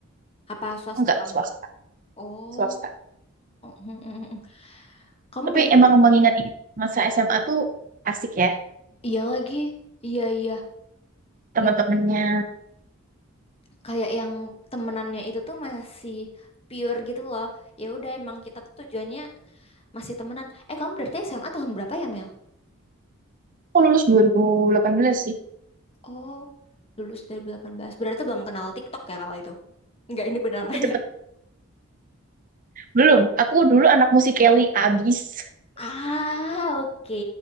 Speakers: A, on the left; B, on the right.
A: apa swasta
B: Enggak,
A: kamu?
B: swasta.
A: Oh,
B: Swasta.
A: mm, mm, mm. Kamu
B: Tapi
A: berarti
B: emang mengingat ini, masa SMA tuh asik ya.
A: iya lagi. Iya, iya.
B: Teman-temannya.
A: Iya, kayak yang temenannya itu tuh masih pure gitu loh. Ya udah emang kita tuh tujuannya masih temenan. Eh, kamu berarti SMA tahun berapa ya, Mel?
B: Aku lulus dua ribu delapan belas sih.
A: Oh, lulus 2018. Berarti belum kenal TikTok ya kalau itu. Enggak, ini beneran
B: Aku
A: nanya.
B: cepet. Belum. Aku dulu anak musik Kelly abis.
A: Ah, oke.